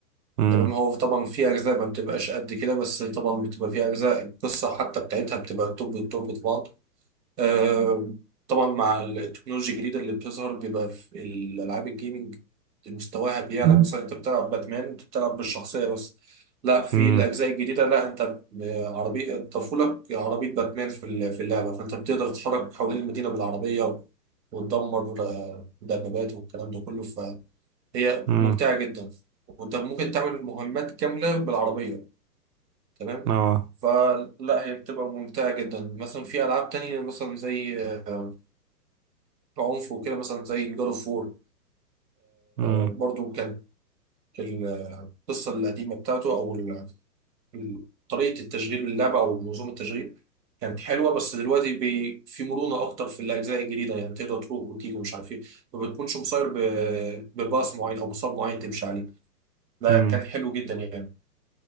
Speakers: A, on the right; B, on the right.
A: امم
B: تمام هو طبعا في اجزاء ما بتبقاش قد كده بس طبعا بتبقى في اجزاء القصه حتى بتاعتها بتبقى التوب التوب طبعا آه طبعا مع التكنولوجيا الجديده اللي بتظهر بيبقى في الالعاب الجيمنج مستواها بيعلى
A: مم.
B: مثلا انت بتلعب باتمان انت بتلعب بالشخصيه بس لا في
A: امم
B: الاجزاء الجديده لا انت عربيه طفولك عربيه باتمان في ال- في اللعبه فانت بتقدر تتحرك حوالين المدينه بالعربيه وتدمر آه، دبابات والكلام ده كله هي
A: امم
B: ممتعة جدا وانت ممكن تعمل مهمات كاملة بالعربية تمام
A: اه
B: فلا هي بتبقى ممتعة جدا مثلا في ألعاب تانية مثلا زي آه، عنف وكده مثلا زي جاد اوف وور
A: امم
B: برضو كانت ال- القصة القديمة بتاعته أو ال- ال- طريقة التشغيل اللعبة أو منظومة التشغيل كانت حلوة بس دلوقتي بي في مرونة أكتر في الأجزاء الجديدة يعني تقدر تروح وتيجي ومش عارف إيه ما بتكونش مصير ب- بباص معين أو مصاب معين تمشي عليه ده
A: امم
B: كان حلو جدا يعني